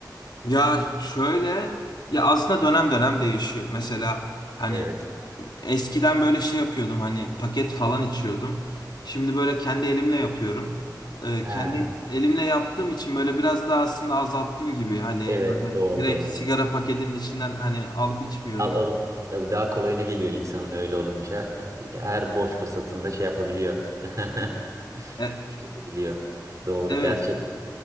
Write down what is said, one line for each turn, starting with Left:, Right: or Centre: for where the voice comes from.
Left: Ya şöyle ya aslında dönem dönem değişiyor. Mesela hani
Right: Evet.
Left: eskiden böyle şey yapıyordum hani paket falan içiyordum. Şimdi böyle kendi elimle yapıyorum. Ee,
Right: Ha,
Left: kendi elimle yaptığım için böyle biraz daha aslında azalttım gibi. Hani
Right: evet
Left: böyle
Right: doğru
Left: direkt
Right: doğru.
Left: sigara paketinin içinden hani alıp içmiyorum.
Right: Al alıp tabii daha kolayına geliyor insanın öyle olunca. Her boş fırsatında şey yapabiliyor. <laughs>
Left: E,
Right: Tüketebiliyor. Doğru
Left: evet,
Right: gerçekten.